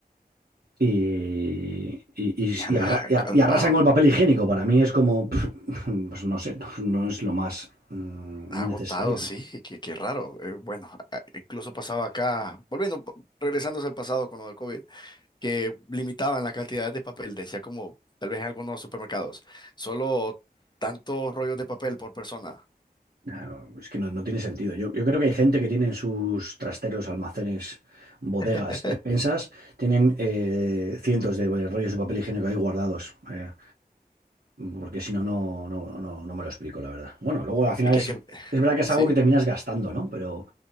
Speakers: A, on the right; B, on the left.
A: y, y- y-
B: <laughs>
A: y arra- y ar-
B: ya, a-
A: y arrasan
B: a-
A: con el papel higiénico. Para mí es como, pf, <laughs> pues no sé, no, no es lo más mm,
B: agotado,
A: necesario,
B: sí,
A: ¿no?
B: qué, qué raro. eh, bueno, a- incluso pasaba acá, volviendo, p- regresándose al pasado con lo del COVID, que limitaban la cantidad de papel, decía como tal vez en algunos supermercados, solo tantos rollos de papel por persona.
A: Nah, no, es que no, no tiene sentido. Yo, yo creo que hay gente que tiene en sus trasteros, almacenes, bodegas,
B: <laughs>
A: despensas, tienen eh, cientos de bueno, rollos de papel higiénico ahí guardados. eh, porque si no, no, no, no, no me lo explico, la verdad. Bueno, luego al final
B: ¿Y crees
A: es,
B: que
A: es verdad que es
B: sí?
A: algo que terminas gastando, ¿no? Pero